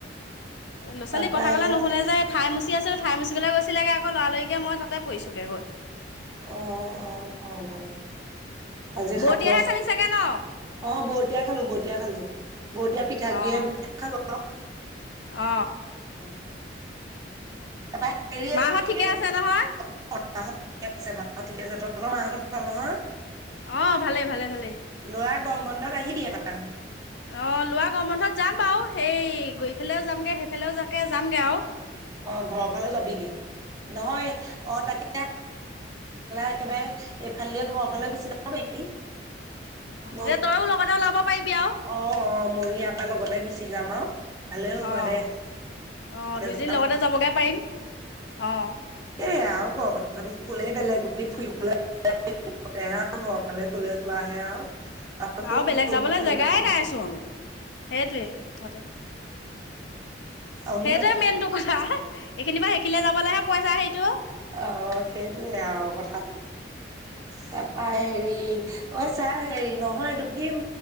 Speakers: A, on the left (about 70°); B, on the right (about 20°).
A: এ ল'ৰা ছোৱালী
B: তাৰপা
A: কথা ক'লে
B: এয়া
A: নুশুনে যে ঠাই মুচি আছিল ঠাই মুচি পেলাই গৈছিগে আকৌ লৰালৰিকে মই তাতে পৰিছোঁগে গৈ
B: অ অ অ। আজি
A: বৰতীয়াহে
B: সাতৰ চ
A: খালি চাগে ন?
B: অ বতীয়া খালো বতিয়া খালো। বৰতীয়া পিঠাগুৰিয়ে
A: অ', অ
B: ত হেৰি কি মাঁৰ
A: মাহঁত
B: আছে
A: ঠিকে নহয়?
B: ঠিক আছে তহতৰ মাঁহতৰ ভাল নহয়।
A: অ ভালে ভালে ভালে
B: ল'ৰা গৰম বন্ধত আহিবি এবাৰ
A: অ লোৱা গৰম বন্ধত যাম বাৰু সেই গৈ ফালেও যামগে সেইফালেও যাকে যামগে আৰু
B: অ ঘৰৰ ফালেও যাবিগে নহয় অ তাকে একেবাৰে এফালে ঘৰ ফালেদি গুচি যাব পাৰিবি অ
A: যে তইও লগতে ওলাব পাৰিবি আৰু
B: অ ময়ো ইয়াৰ পা লগতে গুচি যাম আৰু ভালে হ'ব
A: অ'।
B: দে
A: অ
B: যাম
A: দুইজনী লগতে যাবগে পাৰিম অ
B: এই আৰু গৰম বন্ধ কলে বেলেগ বুলি ফুৰিবলৈ তেহে আৰু <unintelligible> ঘৰ ফালে গলে যোৱাহে আৰু ক'ত
A: আৰু বেলেগ
B: দূৰ
A: যাবলৈ
B: ফালে
A: জেগাই
B: যাবি।
A: নাইচোন সেইটোৱেই কথাটো
B: অনুজা
A: সেইটোৱে
B: <unintelligible>
A: মেইনটো কথা এইখিনি পা সেইখিলে যাবলৈহে পইচা সেইটো
B: অ সেইটোৱে আৰু কথা
A: <inaudible>
B: তাপা হেৰি অ চাহ হেৰি নহয়টো কি উম